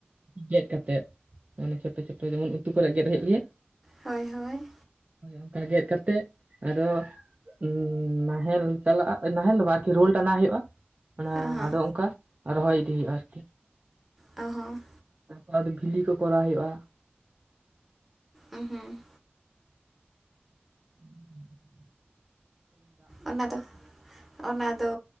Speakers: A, on the right; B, in the centre.
A: ᱜᱮᱫ ᱠᱟᱛᱮᱫ ᱢᱟᱱᱮ ᱪᱷᱳᱴᱳ ᱪᱷᱳᱴᱳ ᱡᱮᱢᱚᱱ ᱩᱛᱩ ᱠᱚᱨᱮ ᱜᱮᱫ ᱦᱩᱭᱩᱜ ᱜᱮᱭᱟ ᱾
B: ᱦᱳᱭ ᱦᱳᱭ
A: ᱚᱱᱠᱟ ᱜᱮᱫ ᱠᱟᱛᱮᱜ ᱟᱫᱚ ᱦ ᱱᱟᱦᱮᱞ ᱪᱟᱞᱟᱜ ᱱᱟᱦᱮᱞ ᱫᱚ ᱟᱨᱠᱤ ᱨᱳᱞ ᱴᱟᱱᱟ ᱦᱩᱭᱩᱜᱼᱟ ᱾ ᱚᱱᱟ
B: ᱚ ᱦᱚᱸ
A: ᱟᱫᱚ ᱚᱱᱠᱟ ᱨᱚᱦᱚᱭ ᱤᱫᱤ ᱦᱩᱭᱩᱜᱼᱟ ᱟᱨᱠᱤ ᱾
B: ᱚᱦ ᱦᱚᱸ
A: <unintelligible> ᱵᱤᱞᱤ ᱠᱚ ᱠᱚᱨᱟᱣ ᱦᱩᱭᱩᱜᱼᱟ ᱾
B: ᱦᱸ ᱦᱩᱸ
A: ᱦᱩᱸ
B: ᱚᱱᱟ ᱫᱚ ᱚᱱᱟ ᱫᱚ